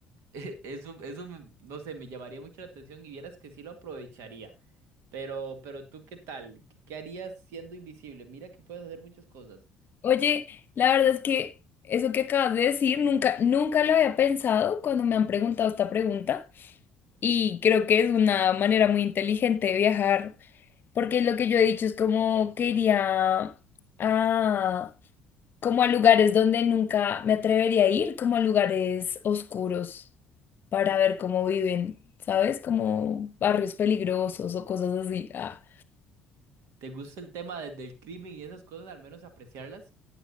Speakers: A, on the right (about 55°); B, on the left (about 40°).
A: <laughs> Eso, eso, me- no sé, me llamaría mucho la atención y vieras que sí lo aprovecharía. Pero, pero tú, ¿qué tal? ¿Qué qué harías siendo invisible? Mira que puedes hacer muchas cosas.
B: Oye, la verdad es que eso que acabas de decir nunca, nunca lo había pensado cuando me han preguntado esta pregunta y creo que es una manera muy inteligente de viajar, porque lo que yo he dicho es como que iría a, como a lugares donde nunca me atrevería a ir, como a lugares oscuros para ver cómo viven, ¿sabes? Como barrios peligrosos o cosas así. Ah,
A: ¿Te gusta el tema de- del crimen y esas cosas, al menos apreciarlas?